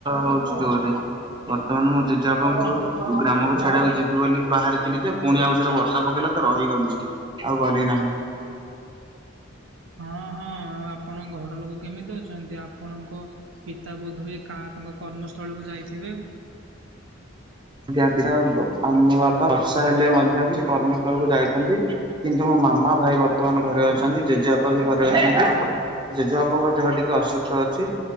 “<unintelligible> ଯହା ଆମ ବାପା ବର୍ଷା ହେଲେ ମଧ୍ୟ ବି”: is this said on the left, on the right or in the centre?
Right